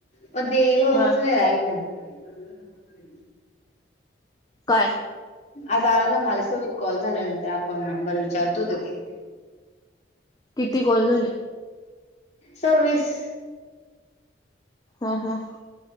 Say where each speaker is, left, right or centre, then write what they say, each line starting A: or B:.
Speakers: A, on the left; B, on the left.
A: पण ते येऊनच
B: हा
A: नाही राहिल. सगळेजण हसलेत.
B: काय?
A: आज आला मला कॉल झाल्यानंतर अकाउंट नंबर विचारत होते ते.
B: किती कॉल झाले.
A: सव्वीस.
B: हा हां